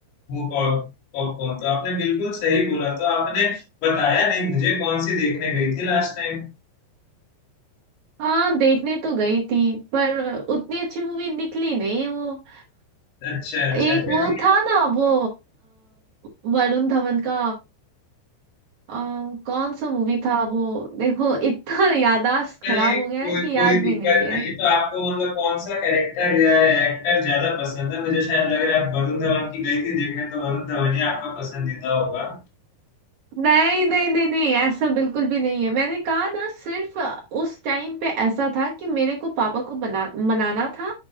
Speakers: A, on the left (about 65°); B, on the right (about 60°).
A: वो पॉप- पॉपकॉर्न तो आपने बिल्कुल सही बोला तो आपने बताया नहीं मुझे कौन सी देखने गई थी लास्ट टाइम
B: हाँ देखने तो गई थी पर उतनी अच्छी मूवी निकली नहीं वो
A: अच्छा अच्छा
B: एक
A: चलिए
B: वो था ना वो अ, वरुण धवन का अ, कौन सा मूवी था वो देखो इतना <laughs> याददाश्त खराब
A: चलिए
B: हो
A: कोई
B: गया है कि
A: कोई
B: याद
A: दिक्कत
B: भी नहीं है
A: नहीं तो आपको मतलब कौन सा कैरेक्टर या एक्टर ज्यादा पसंद है मुझे शायद लग रहा है आप वरुण धवन की गई थी देखने तो वरुण धवन ही आपका पसंदीदा होगा
B: नहीं नहीं नहीं नहीं ऐसा बिल्कुल भी नहीं है मैंने कहा ना सिर्फ उस टाइम पे ऐसा था कि मेरे को पापा को बना मनाना था